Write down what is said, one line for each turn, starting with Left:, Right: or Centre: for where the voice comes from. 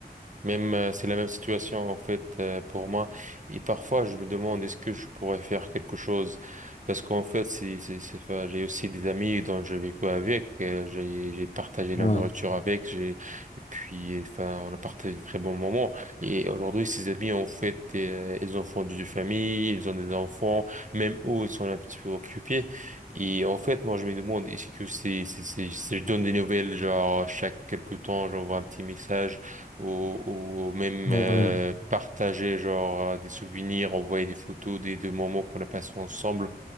Right: Même euh, c'est la même situation en fait euh, pour moi. Et parfois je me demande est-ce que je pourrais faire quelque chose parce qu'en fait c'est c'est c'est enfin, j'ai aussi des amis dont je vécu avec, euh, j'ai j'ai partagé la
Left: Ouais,
Right: nourriture avec, j'ai et puis enfin on a partagé de très bons moments. Et aujourd'hui ces amis en fait euh, ils ont fondé des familles, ils ont des enfants, même eux ils sont un petit peu occupés. Et en fait moi je me demande est-ce que c'est c'est c'est c'est- je donne des nouvelles genre chaque quelque temps j'envoie un petit message ou, ou même
Left: ouais,
Right: euh,
Left: ouais.
Right: partager genre euh, des souvenirs, envoyer des photos des, des moments qu'on a passés ensemble